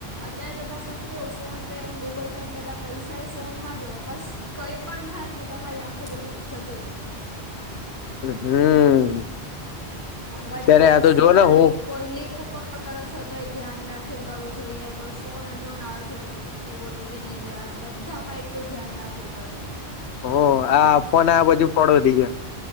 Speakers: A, on the left; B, on the left.
A: અત્યારે તો પાછું એવું કેવું ફોનપે ને ગૂગલપે ને બધાં પૈસા એ ફોનમાં જ હોય કશ કઈ પણ થાય ને તો તમારી આખું બધું જતું રહે.
B: હમ
A: બધી
B: ત્યારે આ
A: વસ્તુમાં
B: તો જોને હું
A: લિંક કોઈ લિંક ઉપર કરો છો તો એ ધ્યાન રાખીને કરવું જોઈએ કોઈ ફોન અન્નોન આવે છે તો ઓટીપી નહીં દેવાના બધામાં એટલું ધ્યાન રાખવું પડે.
B: હ આ ફોન આબાજુ <unintelligible>